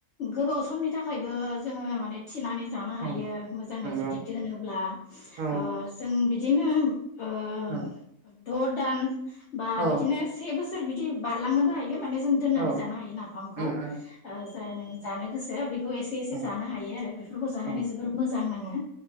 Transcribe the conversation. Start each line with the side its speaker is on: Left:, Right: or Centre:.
Left: गोबाव समनि थाखायबो जोङो माने थिनानै जानो
Right: औ
Left: हायो मोजाङै
Right: नंगौ
Left: जुदि दोनोब्ला
Right: औ
Left: ओ जों बि दिनो ओ
Right: औ
Left: <unintelligible> दान बा
Right: औ
Left: बिदिनो से बोसोर बिदि बारलांनोबो हायो माने जों दोननानै
Right: औ
Left: जानो हायो नाफामखौ
Right: उम उम
Left: ओ जे नों जानो गो <unintelligible> एसे
Right: उम
Left: एसे जानो हायो आरो बेफोरखौ जानानै
Right: उम
Left: जोबोर मोजां नाङो